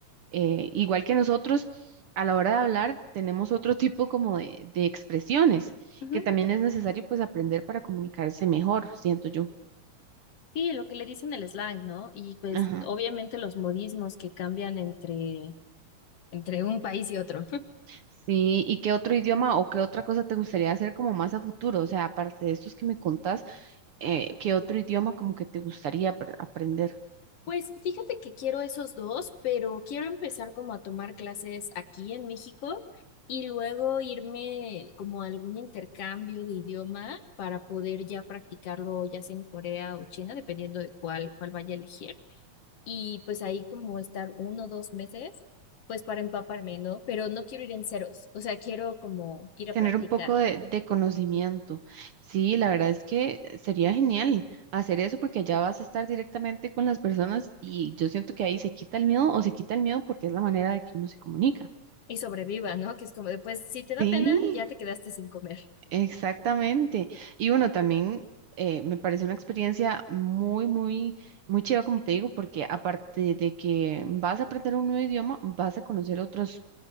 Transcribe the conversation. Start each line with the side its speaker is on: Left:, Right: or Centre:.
Right: eh, igual que nosotros, a la hora de hablar, tenemos otro tipo como de, de expresiones,
Left: ujú.
Right: que también es necesario pues aprender para comunicarse mejor, siento yo.
Left: Sí, lo que le dicen el slang, ¿no? Y pues
Right: Ajá.
Left: obviamente los modismos que cambian entre, entre un país y otro.
Right: Sí, ¿y qué otro idioma o qué otra cosa te gustaría hacer como más a futuro? O sea, aparte de estos que me contás, eh, ¿qué otro idioma como que te gustaría apr- aprender?
Left: Pues fíjate que quiero esos dos, pero quiero empezar como a tomar clases aquí en México y luego irme como a algún intercambio de idioma para poder ya practicarlo ya sea en Corea o China, dependiendo de cuál, cuál vaya a elegir. Y pues ahí como estar uno o dos meses, pues para empaparme, ¿no? Pero no quiero ir en ceros, o sea, quiero como ir
Right: Tener
Left: a practicar
Right: un poco de, de conocimiento. Sí, la verdad es que sería genial hacer eso porque allá vas a estar directamente con las personas y yo siento que ahí se quita el miedo o se quita el miedo porque es la manera de que uno se comunica.
Left: y sobreviva, ¿no? Que es como después, si te da
Right: Sí.
Left: pena, ya te quedaste sin comer.
Right: Exactamente. Y bueno, también eh, me pareció una experiencia muy, muy, muy chiva, como te digo, porque aparte de que vas a aprender un nuevo idioma, vas a conocer otros,